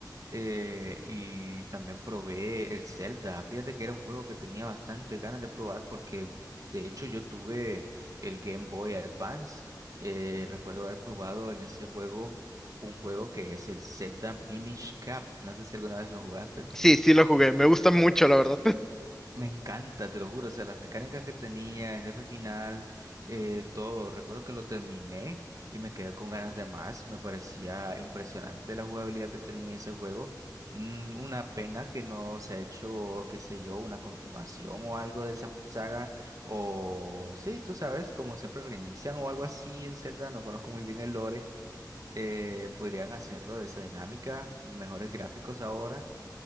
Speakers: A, on the right; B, in the centre.
A: eh, y también probé el Zelda, fíjate que era un juego que tenía bastante ganas de probar porque de hecho yo tuve el Game Boy Advance, eh, recuerdo haber probado en ese juego un juego que es el Zelda Minish Cap. No sé si alguna vez lo jugaste.
B: Sí, sí lo jugué, me gusta mucho, la verdad. <laughs>
A: Me encanta, te lo juro. O sea, las mecánicas que tenía, el jefe final, eh, todo. Recuerdo que lo terminé y me quedé con ganas de más. Me parecía impresionante la jugabilidad que tenía ese juego. Mm, una pena que no se ha hecho, qué sé yo, una continuación o algo de esa p- saga. O sí, tú sabes, como siempre reinician o algo así en Zelda. No conozco muy bien el lore eh, podrían hacerlo de esa dinámica, mejores gráficos ahora,